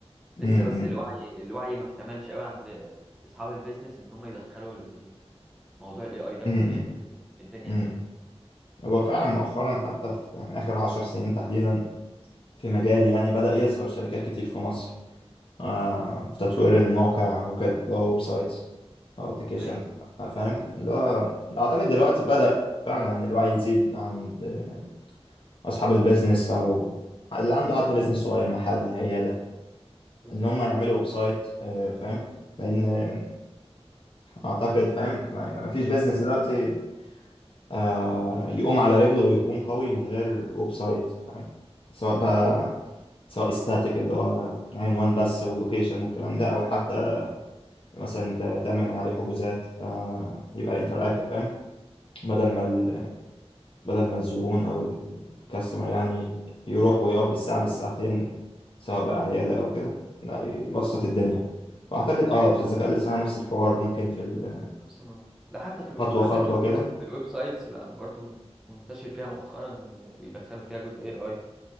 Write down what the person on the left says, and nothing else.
امم
امم
امم
هو فعلا مؤخرا حتى في يعني اخر عشر سنين تحديدا في مجالي يعني بدأ يظهر شركات كتير في مصر آه، في تطوير الموقع وكده اللي هو ويب سايتس أو أبليكيشنز
فاهم اللي هو أعتقد دلوقتي بدأ فعلا الوعي يزيد عند آه، أصحاب البيزنس أو اللي عنده حتى بيزنس صغير محل عيادة
إن هم يعملوا
ويب سايت آه، فاهم لأن آه، أعتقد فاهم ما ما فيش بيزنس دلوقتي آه، يقوم على رجله ويكون قوي من غير ويب سايت فاهم سواء بقى
سواء استاتيك اللي هو عنوان بس ولوكيشن والكلام ده أو حتى مثلا انت تعمل من عليه حجوزات آه، يبقى انتراكتيف فاهم بدل
ما ال-
بدل ما الزبون او الكاستمر يعني يروح ويقف بالساعه بالساعتين سواء بقى عياده او كده لا يبسط الدنيا فاعتقد اه في الذكاء الاصطناعي نفس الحوار ممكن في ال-
خطوه
خطوه
كده